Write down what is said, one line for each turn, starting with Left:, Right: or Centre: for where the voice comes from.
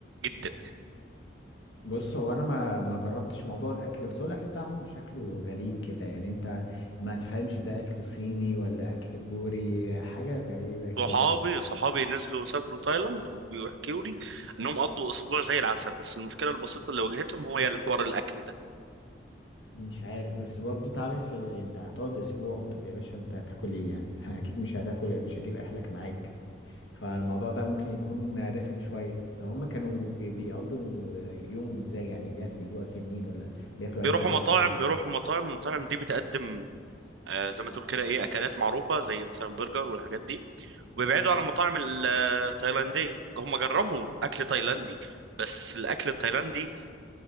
Right: جدا
Left: بص هو انا ما ما جربتش موضوع الاكل بس هو الاكل بتاعهم شكله غريب كده يعني انت ما تفهمش ده اكل صيني ولا اكل كوري حاجه غريبه كده
Right: صحابي صحابي نزلوا سافروا تايلاند وبيحكوا لي إنهم قضوا أسبوع زي العسل بس المشكلة البسيطة اللي واجهتهم هو الحوار الأكل
Left: مش عارف بس برضو تعرف آه، انت هتقعد اسبوع طب يا باشا انت هتاكل ايه يعني <laughs> اكيد مش هتاكل مش هجيب اكلك معاك فالموضوع ده ممكن يكون رخم شوية طب هما كانوا بي- بيقضوا يومهم ازاي يعني بياك- بيجيبوا أكل منين ولا بياكلوا
Right: بيروحوا
Left: أي حاجة
Right: مطاعم
Left: وخلاص
Right: بيروحوا
Left: يعني
Right: مطاعم المطاعم دي بتقدم آه، زي ما تقول كده ايه اكلات معروفه زي مثلا برجر والحاجات دي وبيبعدوا عن المطاعم ال- آه، التايلانديه هم جربوا اكل تايلاندي بس الاكل التايلاندي